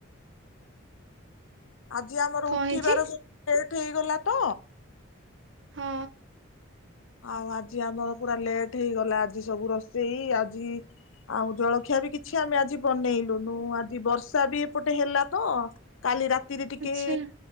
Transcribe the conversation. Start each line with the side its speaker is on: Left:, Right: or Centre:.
Left: ଆଜି ଆମର
Right: କଣ
Left: ଉଠିବାର
Right: ହେଇଛି?
Left: ସବୁ ଲେଟ ହେଇଗଲା ତ
Right: ହଁ।
Left: ଆଉ ଆଜି ଆମର ପୁରା ଲେଟ ହେଇଗଲା ଆଜି ସବୁ ରୋଷେଇ ଆଜି ଆଉ ଜଳଖିଆ ବି କିଛି ଆମେ ଆଜି ବନେଇଲୁନୁ ଆଜି ବର୍ଷା ବି ଏପଟେ ହେଲା ତ କାଲି ରାତି ରେ ଟିକେ
Right: ଆଚ୍ଛା